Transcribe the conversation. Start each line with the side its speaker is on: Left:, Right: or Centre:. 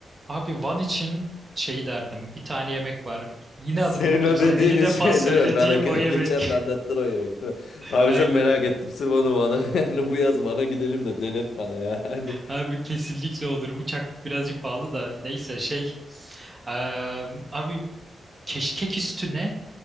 Right: Abi Van için şey derdim bir tane yemek var. Yine
Left: Senin
Right: adını tuttum
Left: o
Right: sana
Left: dediğin
Right: 50 defa
Left: <laughs> şey
Right: söylediğim
Left: değil mi? Ben
Right: o yemek.
Left: <laughs> geçen de anlattın o yemek değil
Right: <laughs>
Left: mi? Abi
Right: Aynen.
Left: çok merak ettim sırf onu bana <laughs> yani bu yaz bana gidelim de denet bana ya. <laughs> Hani
Right: Abi kesinlikle olur. Uçak birazcık pahalı da neyse şey. Eee, abi keşkek üstüne